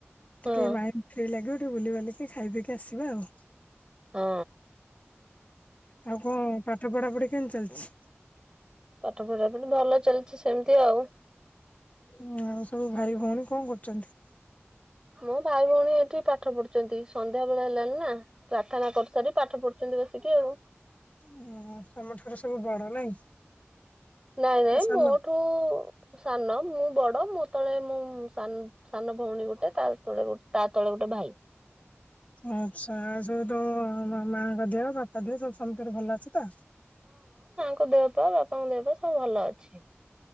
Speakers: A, on the right; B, on the left.
A: ହଁ
B: ଟିକେ ମାଇଣ୍ଡ ଫ୍ରି ଲାଗିବ। ବୁଲିିବାଲିକି ଖାଇ ପିକି ଆସିବା ଆଉ।
A: ହଁ।
B: ଆଉ କଣ ପାଠ ପଢା ପଢି। କେନ ଚାଲିଛି।
A: ପାଠ ପଢା ମାନେ ଭଲ ଚାଲିଛି ସେମିତି ଆଉ।
B: ହ ଆଉ ସବୁ ଭାଇ ଭଉଣୀ କଣ କରୁଛନ୍ତି?
A: ମୋ ଭାଇ ଭଉଣୀ ଏଠି ପାଠ ପଢୁଛନ୍ତି ସନ୍ଧ୍ୟା ବେଳେ ହେଲାଣିି ନା ପ୍ରାର୍ଥନା କରିସାରି ପାଠ ପଢୁଛନ୍ତି ବସିକି ଆଉ।
B: ଉଁ ତମ ଠାରୁ ସବୁ ବଡ ନାଇଁ
A: ନାଇଁ ନାଇଁ
B: ନା ସାନ?
A: ମୋଠୁ ସାନ ମୁଁ ବଡ। ମୁଁ ତଳେ ମୁଁ ସାନ ଭଉଣୀ ଗୋଟେ ତା ତଳେ ଗୋଟେ ତା ତଳେ ଗୋଟେ ଭାଇ।
B: ଆଛା ଏ ସବୁ ତମ ମା ଙ୍କ ଦେହ? <unintelligible> ତ ତରେ ଭଲ ଅଛ ତ?
A: ତାଙ୍କ ଦେହ ପା ବାପାଙ୍କ ଦେହପା ସବୁ ଭଲ ଅଛି।